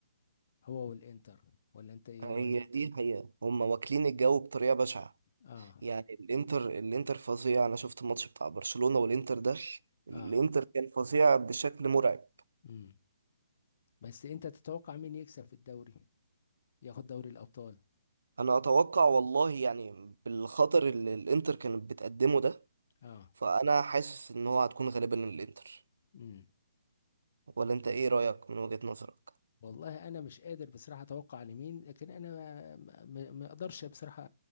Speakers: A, on the left; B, on the right.
A: هو والانتر ولا انت ايه
B: هي
A: رايك
B: دي الحقيقه هم واكلين الجو بطريقه بشعه
A: اه
B: يعني الانتر الانتر فظيع انا شفت الماتش بتاع برشلونه والانتر ده الانتر
A: اه
B: كان فظيع بشكل مرعب
A: امم بس انت تتوقع مين يكسب في الدوري ياخد دوري الابطال
B: انا اتوقع والله يعني بالخطر اللي الانتر كانت بتقدمه ده
A: اه
B: فانا حاسس ان هو هتكون غالبا الانتر
A: امم
B: ولا انت ايه رايك من وجهه نظرك
A: والله انا مش قادر بصراحه اتوقع لمين لكن انا ما ما- ما اقدرش بصراحه